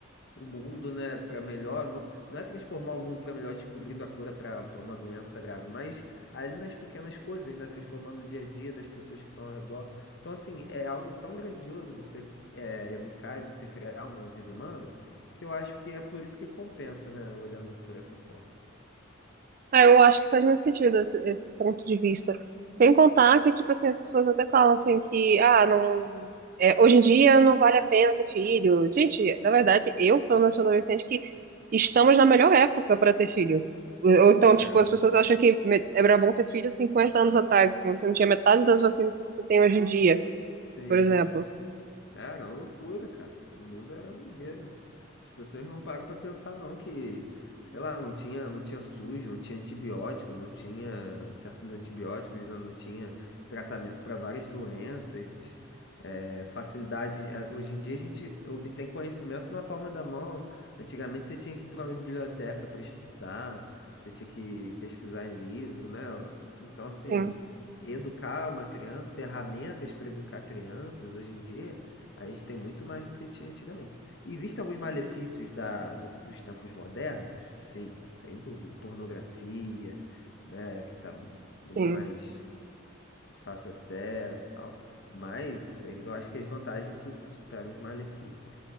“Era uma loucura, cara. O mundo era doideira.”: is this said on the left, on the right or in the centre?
Left